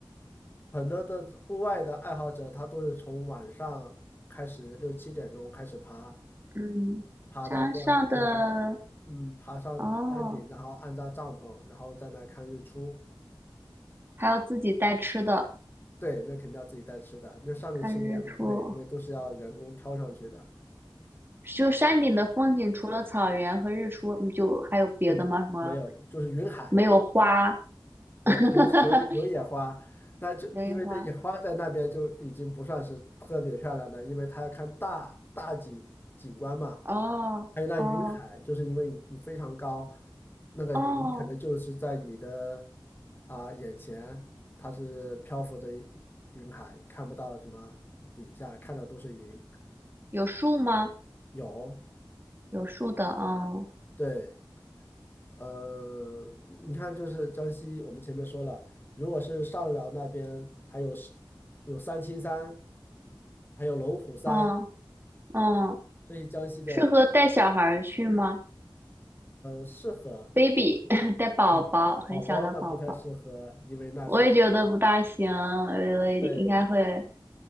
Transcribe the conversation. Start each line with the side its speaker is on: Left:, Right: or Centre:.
Left: 很多的户外的爱好者，他都是从晚上开始六七点钟开始爬，
Right: 嗯，
Left: 爬到第二天，
Right: 山上的
Left: 嗯，爬上山顶，
Right: 哦，
Left: 然后安扎帐篷，然后再来看日出。
Right: 还要自己带吃的，
Left: 对，那肯定要自己带吃的，因为上面吃的也很贵，
Right: 看日出。
Left: 因为都是要人工挑上去的。
Right: 就山顶的风景，除了草原和日出，嗯就还有别的吗？
Left: 就没有，
Right: 什么？
Left: 就是云海
Right: 没有花，
Left: 有有有有野花，
Right: <laughs>
Left: 那就因为这野花在那边就已经不算是特别漂亮的，
Right: 没有花。
Left: 因为它要看大大景景观嘛。
Right: 哦哦
Left: 还有那云海，就是因为你非常高，那个云可能就是在你的
Right: 哦，
Left: 啊、眼前，它是漂浮着一云海，你看不到什么底下，看到都是云。
Right: 有树吗？
Left: 有，
Right: 有树的，嗯
Left: 对，呃，你看，就是江西，我们前面说了，如果是上饶那边，还有是有三清山，还有龙虎山
Right: 嗯嗯，
Left: 啊，所以江西的
Right: 适合带小孩儿去吗
Left: 呃适合，
Right: ？baby <laughs> 带宝宝，
Left: 啊，
Right: 很小的宝宝。
Left: 宝宝那不太适合，因为那是
Right: 我也觉得不大行，我觉得应该会
Left: 对，